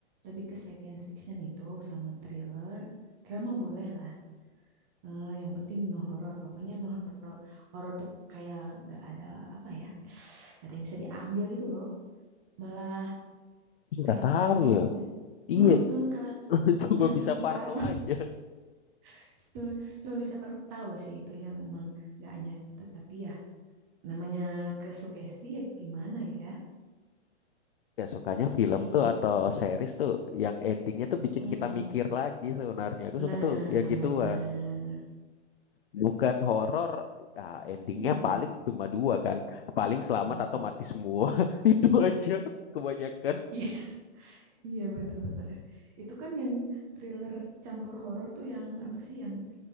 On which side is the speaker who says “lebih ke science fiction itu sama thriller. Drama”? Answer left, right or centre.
Right